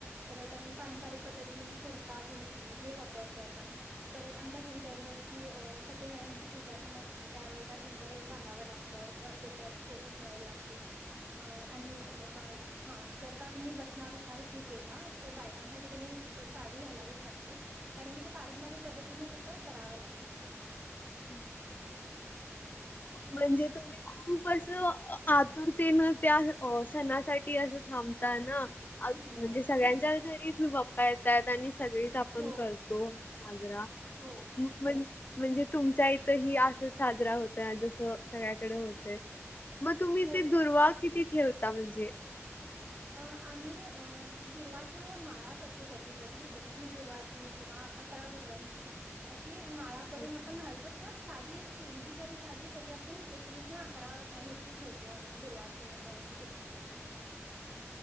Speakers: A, on the right; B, on the left.
A: परत आम्ही पारंपरिक पद्धतीने कुर्ता- धोती हे वापरतो. आपण परत आमच्या घरी, दरवर्षी अ सत्यनारायणची पूजा पण असते. त्यावेेळेला धोतर घालाव लागत. तं. म डोक्यावरती टोपी ठेवावी लागते. अ आणि ब हा, जर का तुम्ही बसणार असाल पूजेला. तर बायकांसाठी, त्यांनी साडी घालावीच लागते. कारण की, ते पारंपरिक पद्धती तिन तसं, करावं लागतं.
B: हो. म्हणजे तुम्ही खूप असं, आतुरतेन त्या अ सणासाठी असं थांबता ना. अ
A: हो,
B: म्हणजे सगळ्यांच्याच घरीच गप्पा येतायत. आणि सगळी आपण
A: हो,
B: करतो, साजरा.
A: हो,
B: म म्ह म्हणजे तुमच्या इथंही, असंच साजरा होतय. जसं, सगळ्याकडे होतय. मग तुम्ही
A: हो,
B: ते
A: हो.
B: दुर्वा किती ठेवता? म्हणजे
A: अ आम्ही अ दुर्वाच्या माळा करतो. कधी - कधी एकवीस दुर्वाची. किंवा अकरा दुर्वांची. अशी माळा करून
B: अच्छा
A: आपण घालतो. किंवा साधी एक पेंडी जरी झाली. तरी आपण एकवीस किंवा अकरा हे ची ठेवतो आम्ही. दुर्वाची अ पिंडी.